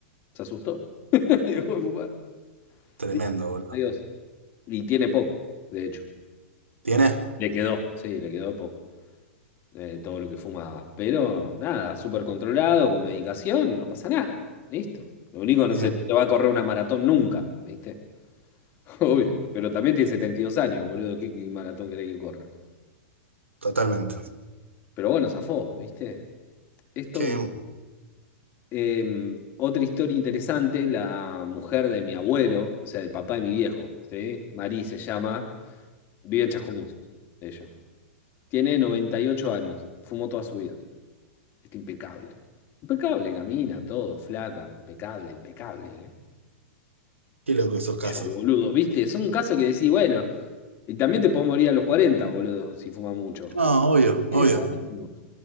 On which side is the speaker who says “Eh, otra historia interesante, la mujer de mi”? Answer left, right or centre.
Left